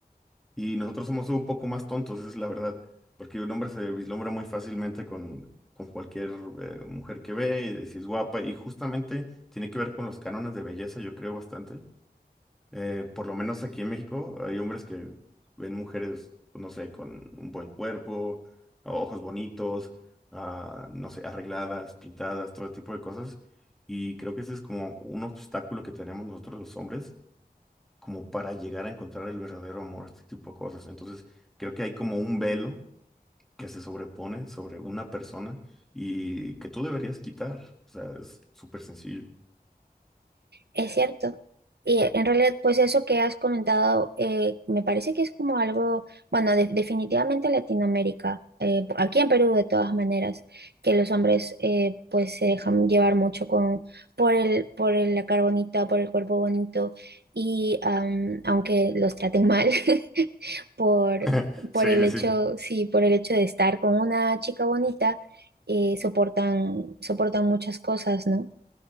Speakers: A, in the centre; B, on the right (about 90°).
A: Y nosotros somos un poco más tontos, es la verdad. Porque un hombre se vislumbra muy fácilmente con, con cualquier eh, mujer que ve, y de si es guapa, y justamente tiene que ver con los cánones de belleza, yo creo bastante eh, por lo menos aquí en México hay hombres que ven mujeres, pues, no sé, con un buen cuerpo, ojos bonitos, ah, no sé, arregladas, pintadas, todo tipo de cosas. Y creo que ese es como un obstáculo que tenemos nosotros los hombres, como para llegar a encontrar el verdadero amor, este tipo de cosas. Entonces, creo que hay como un velo que se sobrepone sobre una persona y que tú deberías quitar. O sea, es súper sencillo.
B: Es cierto. Y eh, en realidad, pues eso que has comentado, eh, me parece que es como algo, bueno, de- definitivamente Latinoamérica, eh, aquí en Perú de todas maneras, que los hombres eh, pues se dejan llevar mucho con, por el, por el- la cara bonita, por el cuerpo bonito, y am, aunque los traten mal, <laughs> por,
A: <laughs> Sí,
B: por el hecho,
A: sí.
B: sí, por el hecho de estar con una chica bonita, eh, soportan, soportan muchas cosas, ¿no?